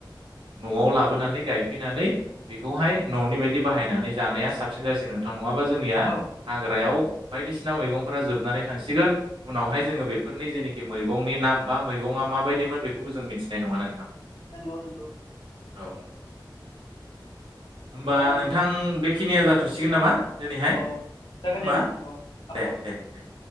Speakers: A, on the right (about 85°); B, on the left (about 75°).
A: ओ न'आव लाबोनानै गाय फैनानै बेखौहाय न'नि बायदि बाहायनानै जानाया साबसिन जासिगोन नोंथां। नङाबा जोंनिया
B: औ
A: हाग्रायाव बायदिसिना मैगंफोरा जोबनानै थांसिगोन उनावहाय
B: नंगौ
A: जोङो बेफोरनि जेनेखि मैगंनि नाम बा मैगङा माबायदिमोन बेखौबो जों मिथिनाय नङा नोंथां।
B: नंगौ नंगौ।
A: औ होमबा
B: अ
A: नोंथां बेखिनिया जाथ'सिगोन नामा? दिनैहाय
B: औ
A: होमबा
B: जागोन दे नोंथां औ
A: दे
B: औ
A: दे दे।